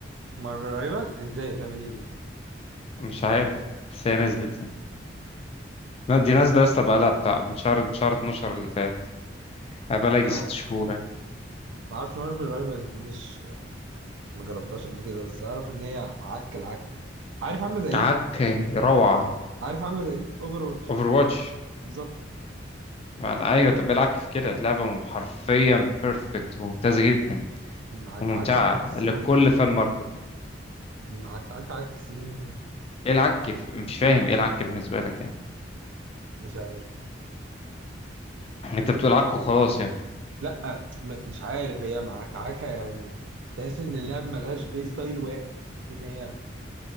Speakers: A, on the right; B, on the left.
A: مارفل رايفل ازاي تعمل ايه دي
B: مش عارف بس هي نزلت يعني لا دي نازلة يا اسطى بقالها بتاع من شهر من شهر 12 اللي فات يعني بقالها يجي
A: انا
B: ست شهور يعني
A: ما اعرفش مارفل رايفل دي مش ما جربتهاش قبل كده بس اعرف ان هي عك العك عارف عامله زي ايه
B: عكي روعة
A: عارف عامله زي ايه اوفر واتش
B: اوفر واتش
A: بالظبط
B: يعني ايوه طب إيه العك في كده لعبة حرفيا بيرفكت وممتازة جدا
A: دي معاك
B: وممتعة
A: عك عك سنين
B: لكل فان مارفل
A: دي معاك عك عك سنين
B: ايه العك في- مش فاهم ايه العك بالنسبه لك يعني
A: مش عارف
B: انت بتقول عك وخلاص يعني
A: لا م- مش عارف هي معاك عك يعني تحس ان اللعب ملهاش بلاي ستايل واحد تحس ان هي